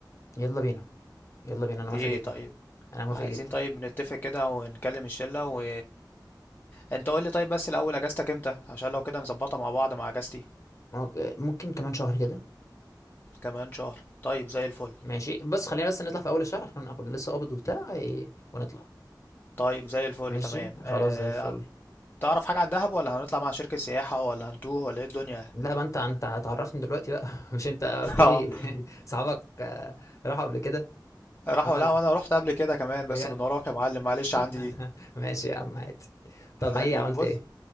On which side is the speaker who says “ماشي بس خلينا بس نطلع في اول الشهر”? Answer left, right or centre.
Left